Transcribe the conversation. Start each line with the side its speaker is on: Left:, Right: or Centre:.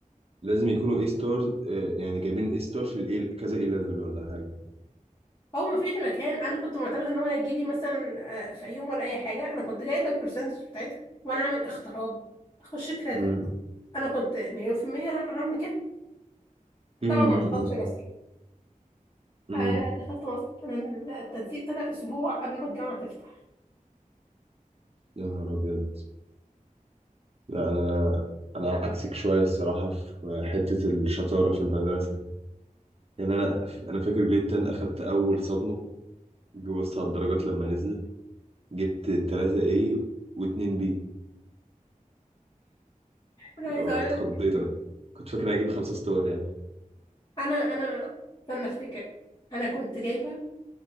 Right: لازم يكونوا اي ستار يعني جايبين اي ستار في الاي كذا اي ليفل ولا حاجة
Left: هو مفيش مكان أنا كنت معتمدة إن هو هيجيلي مثلا آه، في يوم ولا أي حاجة أنا كنت جايبة البرسنتج بتاعتها وأنا عامل اختراب أخش كريدت
Right: امم
Left: أنا كنت مليون في المية هعمل كده
Right: امم
Left: طبعا ما
Right: امم
Left: حصلش نصيب
Right: أمم.
Left: آه، دخلت مصر أنا التنسيق طلع أسبوع قبل ما الجامعة تفتح
Right: يا نهار ابيض لا انا انا عكسك شويه الصراحه في حته الشطاره في المدرسه يعني انا انا فاكر جريد 10 اخدت اول صدمه جي بص على الدرجات لما نزلت جبت 3 A و2 B
Left: أنا عايزة
Right: واتخضيت
Left: أقول
Right: انا كنت فاكر انا هجيب خمسة ستار يعني
Left: انا انا استنى افتكر انا كنت جايبه